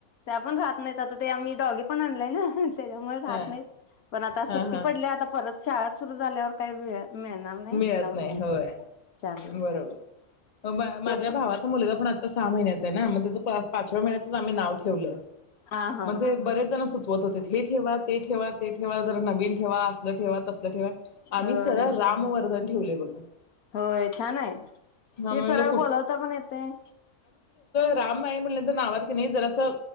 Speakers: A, on the left; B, on the left.
A: त्या पण राहत नाही आता ते आम्ही डॉगी पण आणलाय ना त्याच्यामुळे राहत
B: हा
A: नाही पण आता सुट्टी
B: हा हा
A: पडल्या आता परत शाळा सुरु झाल्यावर काही वेळ मिळणार नाही
B: मिळत
A: जाऊन
B: नाही
A: यायचं.
B: होय
A: चार दिवस
B: बरोबर माझ्या
A: ते पण
B: भावाचा मुलगा पण आ सहा महिन्याचा आहे ना मग त्या पाचव्या महिन्याच आम्ही नाव ठेवल
A: हा हा
B: म्हणजे बरेच जण सुचवत होतेत. हे ठेवा ते ठेवा ते ठेवा जरा नवीन ठेवा असल ठेवा तसल ठेवा आम्ही
A: होय
B: सरळ राम वर्दन ठेवयय बघ
A: होय छान आहे ते
B: म्हणलं
A: सरळ बोलावता पण येतय
B: रामई म्हणल्या नावात की नाही जरास